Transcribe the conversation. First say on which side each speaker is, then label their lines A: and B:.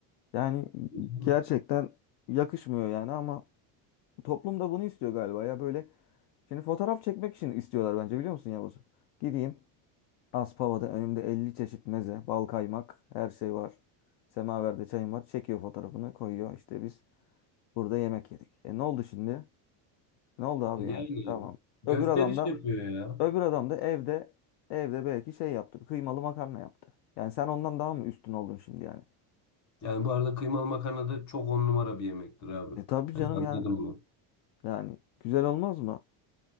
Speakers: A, on the left; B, on the left.
A: Yani
B: Değil mi?
A: gerçekten yakışmıyor yani ama toplum da bunu istiyor galiba ya böyle. Şimdi fotoğraf çekmek için istiyorlar bence biliyor musun Yavuz? Gideyim Aspava'da önümde 50 çeşit meze, bal kaymak, her şey var. Semaverde çayım var. Çekiyor fotoğrafını koyuyor. İşte biz burada yemek yedik. E ne oldu şimdi? Ne oldu abi
B: Yani
A: yani? Tamam.
B: gösteriş
A: Öbür adam da
B: yapıyor ya.
A: öbür adam da evde evde belki şey yaptı. Kıymalı makarna yaptı. Yani sen ondan daha mı üstün oldun şimdi yani?
B: Yani bu arada kıymalı makarna da çok on numara bir yemektir abi.
A: E tabii
B: Hani
A: canım
B: anladım
A: yani yani güzel olmaz mı?